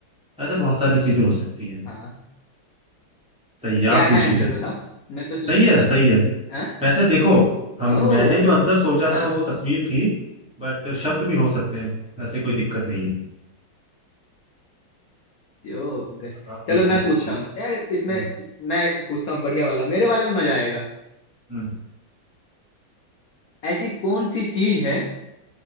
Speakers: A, in the centre; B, on the left.
A: ऐसे बहुत सारी चीजें हो सकती हैं
B: हाँ
A: सही है आप
B: क्या
A: पूछिए
B: है आंसर बताओ मैं तो सब
A: सही है सही है
B: हाँ
A: वैसे देखो हम
B: ओ
A: मैंने जो आंसर सोचा
B: हाँ
A: था वो तस्वीर थी बट शब्द भी हो सकते हैं वैसे कोई दिक्कत नहीं है
B: ओ ओके
A: अब आप पूछिए
B: चलो मैं पूछता
A: पूछिए
B: हूँ यार इसमें
A: हम्म
B: मैं पूछता हूँ बढ़िया वाला मेरे वाले में मजा आएगा
A: हम्म
B: ऐसी कौन सी चीज है